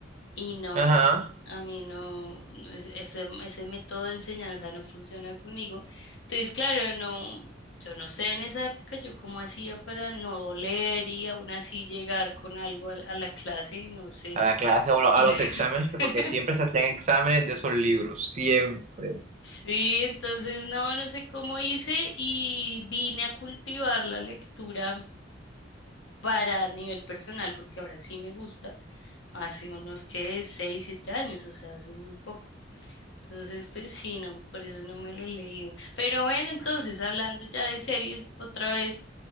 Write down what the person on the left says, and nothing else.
y no,
a mí no, es- ese, ese método de enseñanza no funciona conmigo. Entonces, claro, no, yo no sé en esa época yo cómo hacía para no doler y aún así llegar con algo a, la a la clase, no sé.
<laughs>
Sí, entonces no, no sé cómo hice y vine a cultivar la lectura para nivel personal, porque ahora sí me gusta, hace unos que 6 7 años, o sea, hace muy poco. Entonces, pues sí, no, por eso no me lo he leído. Pero bueno, entonces, hablando ya de series otra vez,